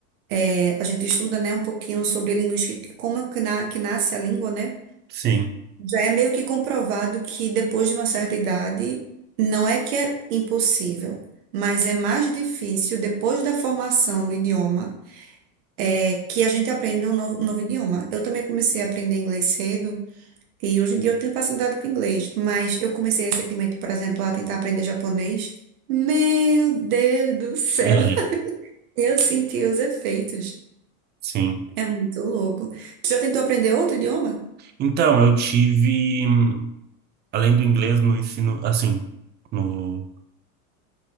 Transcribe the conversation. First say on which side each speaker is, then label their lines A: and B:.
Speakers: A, on the right; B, on the right.
A: é, a gente estuda, né, um pouquinho sobre linguística, e como é que, na- que nasce a língua, né?
B: sim.
A: Já é meio que comprovado que depois de uma certa idade, não é que é impossível, mas é mais difícil depois da formação do idioma, é que a gente aprenda um novo, um novo idioma. Eu também comecei a aprender inglês cedo. E hoje em dia eu tenho facilidade com inglês, mas eu comecei recentemente, por exemplo, a tentar aprender japonês. Meu Deus do céu,
B: É,
A: <laughs> eu senti os efeitos.
B: sim.
A: É muito louco. Tu já tentou aprender outro idioma?
B: Então, eu tive, hum, além do inglês no ensino, assim, no,